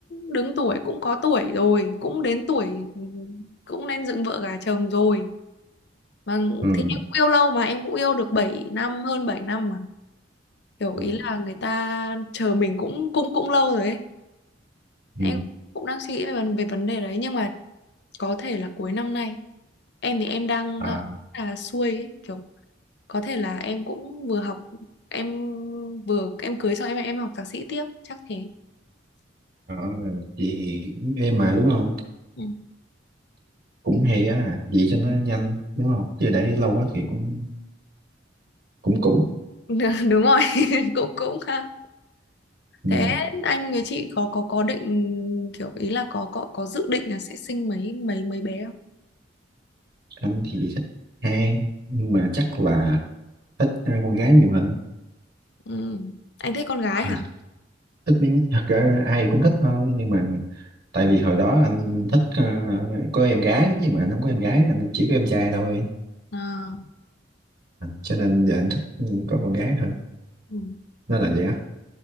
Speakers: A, on the left; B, on the right.
A: đứng tuổi cũng có tuổi rồi cũng đến tuổi ừ, cũng nên dựng vợ gả chồng rồi mà
B: ừ
A: thì em cũng yêu lâu mà em cũng yêu được bảy năm hơn 7 năm mà kiểu
B: ừ
A: ý là người ta chờ mình cũng cũng cũng lâu rồi ấy. em
B: ừ.
A: cũng đang suy nghĩ về, vấn- về vấn đề đấy nhưng mà có thể là cuối năm nay em thì em đang
B: à
A: à, là xuôi ấy, kiểu có thể là em cũng vừa học em vừa em cưới xong em em học thạc sĩ tiếp chắc thế
B: đó, vậy thì cũng êm mà đúng không
A: ừ.
B: cũng hay á vậy cho nó nhanh đúng không chứ để lâu quá thì cũng cũng cũng
A: <laughs> đúng rồi <laughs> cũng cũng ha
B: ừ.
A: Thế anh với chị có có có định kiểu ý là có có có dự định là sẽ sinh mấy mấy mấy bé không?
B: anh thì thích hai nhưng mà chắc là thích ờ, con gái nhiều hơn
A: Ừ. Anh thích con gái
B: à,
A: hả?
B: thích mấy cái- thật ra ai cũng thích thôi nhưng mà tại vì hồi đó anh thích ờ, có em gái nhưng mà anh không có em gái anh chỉ có em trai thôi
A: À,
B: À, cho nên giờ anh thích ừ, có con gái hơn
A: ừ.
B: nó là vậy á